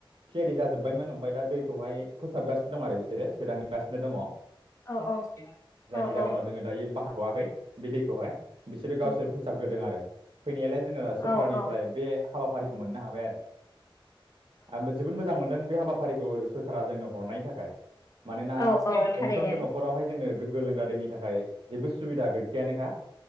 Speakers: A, on the right; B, on the left.
A: थियारि जाजोब्बायमोन ओमफाय दा दै खौहाय फोसाबगासिनो दं आरो बिसोरो । सोदांगासिनो दंङ ।
B: औ औ
A: जायनि
B: औ
A: जाहोनाव
B: औ
A: जोंङो दायो बाहाथ'आ खै बिदैखौहाय बिसोरो
B: औ
A: गावसोर फोसाबग्रोदों आरो फैनायालाय जोंङो सरखारारनिफ्राय
B: औ
A: बे हाबाफारिखौ मोननो हाबाय आरो । आंबो जोबोद मोजां मोनदों बे हाबाफारिखौ सरखारा जों जोंनो हरनाय थाख गाय मानोना
B: औ औ थारैनो
A: गंफ्रोमबो न'खरावहाय जोंङो गोग्गो लोंग्रा दैनि थाखाय जेबो सुबिदा गैखायानोखा